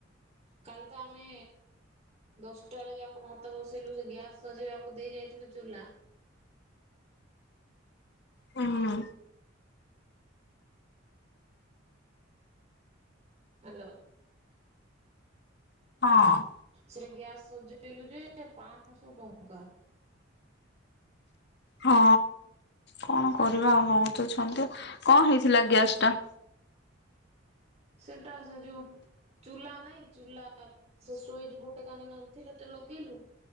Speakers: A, on the right; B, on the left.
A: କାଲି ତ ଆମେ ଦଶଟାରେ ଯାକ ଭାତ ବସେଇଲୁ ସେ ଗ୍ୟାସ୍ ସଜେଇବାକୁ ଦେଇ ଯାଇଥିଲୁ ଚୁଲା।
B: ହଁ।
A: ହାଲୋ।
B: ହଁ।
A: ସେ ଗ୍ୟାସ ସଜେଇଲୁ ଯେ ପାଆଁଶ ଟଙ୍କା।
B: ହଁ କଣ କରିବା ଆଉ ନଉତଛନ୍ତି କଣ ହେଇଥିଲା ଗ୍ୟାସଟା?
A: ସେଟା ସେ ଯୋଉ ଚୁଲା ନାଇଁ ଚୁଲା ସେ ସୁଇଚ ଗୋଟେ କାନି ନଥିଲା ତ ଲଗେଇଲୁ।